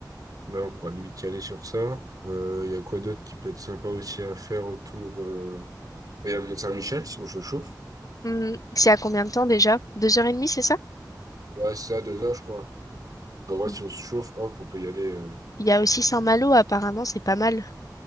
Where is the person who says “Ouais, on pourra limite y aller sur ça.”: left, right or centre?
Right